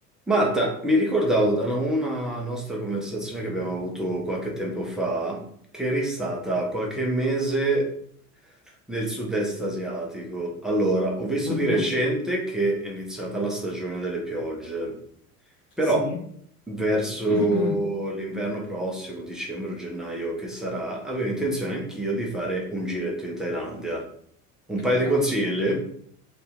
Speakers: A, in the centre; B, on the left.
A: Marta, mi ricordavo da una nostra conversazione che abbiamo avuto qualche tempo fa, che eri stata qualche mese nel sud-est asiatico. Allora, ho visto
B: Mhm,
A: di recente che è iniziata la stagione delle piogge, però
B: sì,
A: verso
B: <clears throat>
A: l'inverno prossimo, dicembre o gennaio che sarà, avevo intenzione anch'io di fare un giretto in Thailandia. Un paio
B: ok.
A: di consigli?